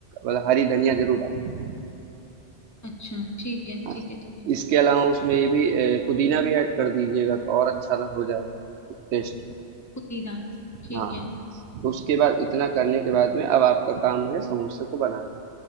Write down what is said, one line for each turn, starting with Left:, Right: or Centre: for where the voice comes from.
Right: मतलब हरी धनिया जरूर डालिए
Left: अच्छा ठीक है
Right: हाँ
Left: ठीक है ठीक है
Right: इसके अलावा उसमें ये भी अ, पुदीना भी ऐड कर दीजिएगा तो और अच्छा हो जाएगा टेस्ट
Left: पुदीना ठीक
Right: हाँ,
Left: है
Right: तो उसके बाद इतना करने के बाद में अब आपका काम है समोसे को बनाना